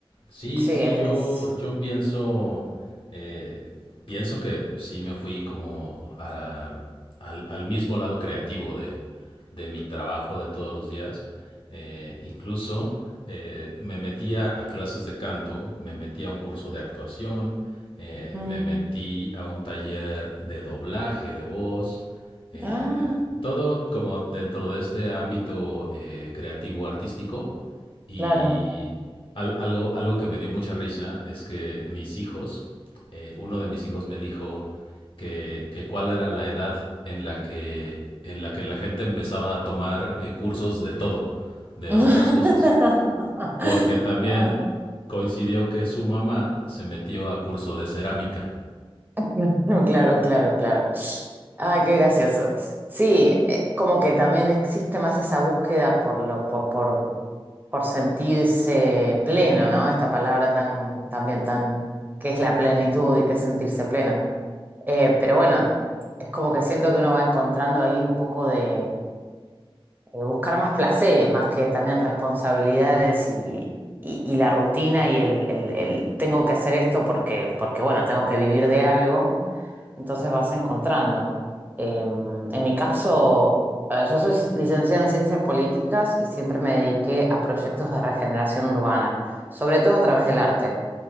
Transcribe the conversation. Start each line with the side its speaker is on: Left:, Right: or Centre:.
Left: Sí,
Right: sí,
Left: sí,
Right: e,
Left: yo,
Right: es...
Left: yo pienso, eh, pienso que sí me fui como a- al, al mismo lado creativo de, de mi trabajo de todos los días. Eh, incluso eh, me metía a clases de canto, me metí a un curso de actuación, eh,
Right: Mm.
Left: me metí a un taller de doblaje de voz, eh,
Right: Ah,
Left: todo como dentro de este ámbito eh, creativo artístico y
Right: claro.
Left: al- algo, algo que me dio mucha risa es que mis hijos, eh, uno de mis hijos me dijo que, que cuál era la edad en la que, en la que la gente empezaba a tomar eh, cursos de todo, de
Right: <laughs>
Left: otras cosas, porque también
Right: Ah,
Left: coincidió que su mamá se metió a curso de cerámica.
Right: <laughs> Claro, claro, claro. Ay, qué gracioso. Sí, eh, como que también existe más esa búsqueda por lo, por, por, por sentirse pleno, ¿no? Esta palabra tan, también tan, que es la plenitud y que es sentirse pleno. Eh, pero bueno, es como que siento que uno va encontrando ahí un poco de eh, buscar más placeres, más que también responsabilidades y, y- y la rutina y el, el- el tengo que hacer esto porque, porque bueno, tengo que vivir de algo. Entonces vas encontrando. Em, en mi caso, eh, yo soy licenciada en ciencias políticas y siempre me dediqué a proyectos de regeneración urbana, sobre todo a través del arte,